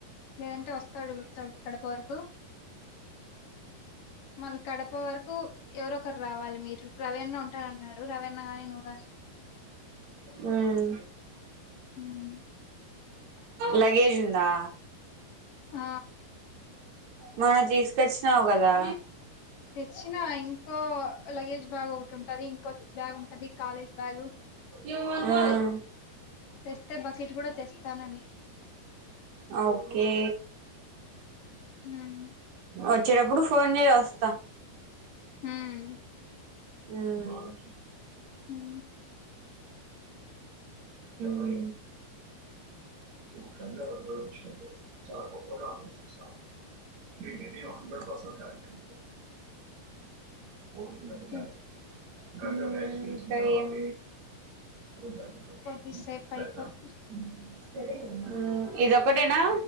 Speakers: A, on the left; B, on the right.
A: లేదంటే వస్తాడు కడప వరకు మల్లి కడప వరకు ఎవరొ ఒకరు రావాలి మీరు రవి అన్న ఉంటానన్నాడు రవి అన్న కాని నువ్వు గాని
B: ఉం
A: ఉం
B: లగేజ్ వుందా
A: ఆ
B: మనది తీసుకొచ్చినావు కదా
A: తెచ్చిన ఇంకో లగేజ్ బ్యాగ్ ఒకటి ఉంటది ఇంకో బ్యాగ్ ఉంటంది కాలేజ్ బ్యాగ్
B: ఉం
A: తెస్తే బకెట్ కూడా తెస్తానని
B: ఓకే
A: ఉమ్
B: వచ్చేటప్పుడు ఫోన్ చెయ్ వస్తా
A: ఉమ్
B: ఉం
A: ఉమ్
B: ఉం కంగా వదల విషయంలో చాలా గొప్పగా ఆలోచించి <unintelligible> హ్రడ్సట్ క ఉన్నట్గా
A: ఉమ్
B: <unintelligible> క ఏమ్ జాగు
A: కొద్దిసేపు
B: సద
A: అయిపోతు
B: <unintelligible> ఇదొక్కటేనా